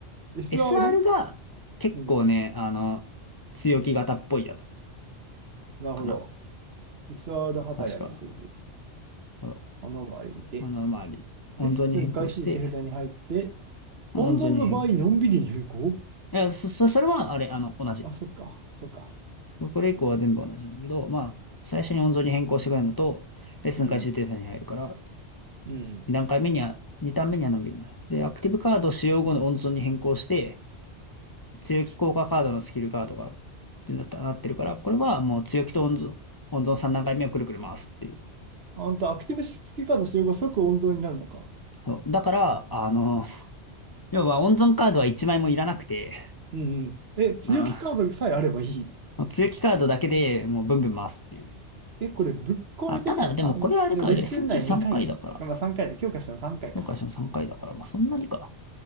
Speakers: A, on the right; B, on the left.
A: SR?
B: SR が結構ね、
A: うん。
B: あの、強気型っぽいやつ
A: なるほど。
B: かな。
A: SR 畑やみすず。
B: 確か。そう。
A: アノマリーで。
B: あの、周り。温存に変更して、
A: レッスン開始時手札に入って、
B: 温存に変更。
A: 温存の場合、のんびりに変更
B: いや、そ、そそれは、あれ、あの、同じ。
A: あ、そっか。そっか。
B: うん。これ以降は全部同じなんだけど、まあ、最初に温存に変更してくれるのと、レッスン開始データに入るから、
A: うんうん。うん
B: 2段階目には、2段目にはのんびりになる。で、アクティブカード使用後の温存に変更して、強気効果カードのスキルカードが、ってなったなってるから、これはもう強気と温存、温存3段階目をくるくる回すっていう。
A: あんた、アクティブ付きカード使用後即温存になるのか。
B: そうだから、あの、要は温存カードは1枚もいらなくて、
A: うんうん。え、強気カードさえあればいい。
B: うん、強気カードだけでもうブンブン回すっていう。
A: え、これぶっ壊れてね。
B: あ、ただ、でもこれはあれか、
A: あ、ででもレッスン内2回、
B: レッスン中3回だから、
A: まあ3回で、強化したの3回かいか。
B: 評価しても3回だから、まあそんなにか。